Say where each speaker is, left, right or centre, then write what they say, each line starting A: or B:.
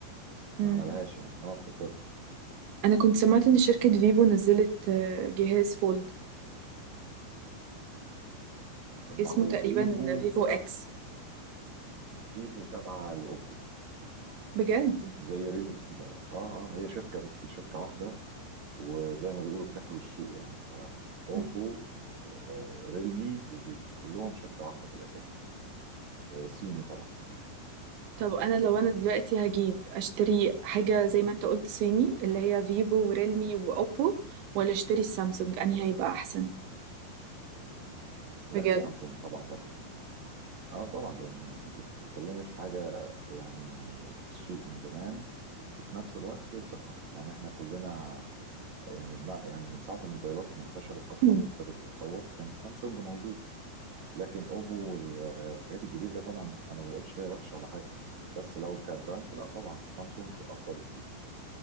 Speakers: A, on the right; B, on the right.
A: مم.
B: ما عملهاش يعني اه اتفضلي
A: انا كنت سمعت ان شركة فيفو نزلت آه، جهاز فولد
B: طب
A: اسمه
B: ما هو
A: تقريبا
B: فيفو
A: فيفو اكس
B: تا... فيفو تابعة لأوبو
A: بجد
B: زي ريلمي كده اه اه هي شركة بصي شركة واحدة وزي ما بيقولوا بتاكلوا السوق يعني أوبو
A: مم.
B: ريلمي وفيفو كلهم شركة واحدة في الأساس آه، صيني طبعا
A: طب انا لو انا دلوقتي هجيب اشتري حاجة زي ما انت قلت صيني اللي هي فيفو وريلمي واوبو ولا اشتري السامسونج انهي
B: آه،
A: هيبقى احسن
B: لا
A: بجد
B: السامسونج طبعا برضه اه طبعا لان انت بتتكلمي في حاجه يعني في السوق من زمان وفي نفس الوقت ثقه يعني احنا كلنا يعني ما يعني من ساعه الموبايلات ما انتشرت اصلا
A: مم.
B: وابتدت تتطور كان سامسونج موجود لكن اوبو والحاجات الجديده طبعا انا ما بقولش هي وحشه ولا حاجه بس لو كبراند لا طبعا سامسونج اقوى بكتير